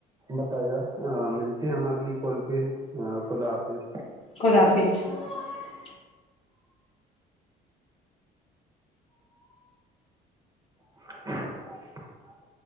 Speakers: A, on the right (about 25°); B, on the left (about 35°).
A: بتایا ملتے ہیں ہم اگلی کال پہ خدا حافظ <unintelligible>
B: خدافے <unintelligible> <unintelligible>
A: <inaudible> <unintelligible>